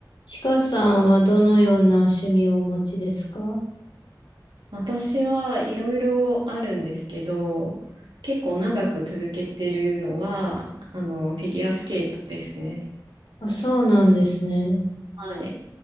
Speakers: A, on the left (about 80°); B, on the right (about 80°).
A: ちかさんはどのような趣味をお持ちですか
B: 私はいろいろあるんですけど、結構長く続けてるのは、あの、フィギュアスケートですね。
A: あ、そうなんですね。
B: はい。